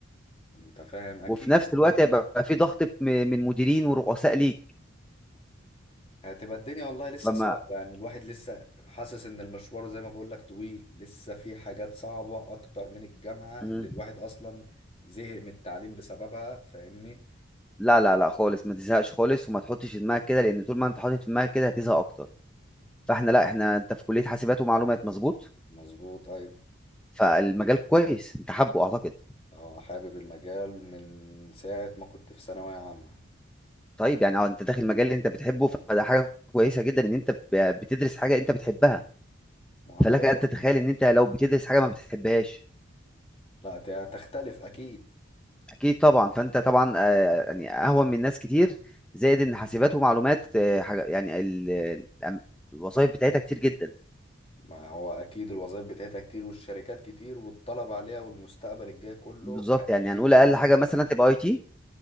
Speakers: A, on the left (about 30°); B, in the centre.
A: انت فاهم اكيد
B: وفي نفس الوقت
A: يعني
B: هيبقى في ضغط م- من مديرين ورؤساء ليك
A: هتبقى الدنيا والله لسه
B: فما
A: صعبة يعني الواحد لسه حاسس ان المشوار زي ما بقولك طويل لسه في حاجات صعبة اكتر من الجامعة
B: مم.
A: اللي الواحد اصلا زهق من التعليم بسببها فاهمني
B: لا لا لا خالص ما تزهقش خالص وما تحطش في دماغك كده لأن طول ما أنت حاطط في دماغك كده هتزهق أكتر فإحنا لا إحنا أنت في كلية حاسبات ومعلومات مظبوط
A: فمظبوط ايوه
B: فالمجال كويس انت حابه اعتقد
A: اه حابب المجال من ساعة ما كنت في ثانوية عامة
B: طيب يعني اه انت داخل مجال اللي انت بتحبه فده حاجه كويسه جدا ان انت ب- بتدرس حاجه انت بتحبها
A: وانا
B: فلك
A: بدرس
B: ان تتخيل ان انت لو بتدرس حاجه ما بتحبهاش
A: لا ت- تختلف اكيد
B: اكيد طبعا فانت طبعا آه، يعني اهون من ناس كتير زائد ان حاسبات ومعلومات آه، حاجه يعني ال- الأم- الوظائف بتاعتها كتير جدا
A: ما هو أكيد الوظائف بتاعتها كتير والشركات كتير والطلب عليها والمستقبل الجاي كله
B: بالظبط
A: هيحتاج
B: يعني هنقول
A: الكلية
B: اقل حاجه
A: دي
B: مثلا تبقى اي تي